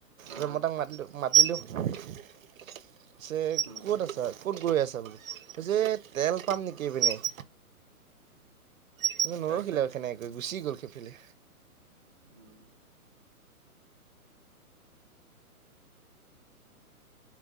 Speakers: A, on the right (about 20°); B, on the right (about 60°).
A: অ
B: ত মই তাক মাতিলোঁ। <unintelligible> মাতিলোঁ। পিছে
A: উম
B: ক'ত আছা, ক'ত গৈ আছা বুলি? <unintelligible> কৈছে তেল পাম নেকি এইপিনে? <unintelligible> <unintelligible> নৰখিলে
A: তাৰপিছত
B: সেনেকে কৈ গুচি গ'ল সেইফালে।
A: উম <unintelligible>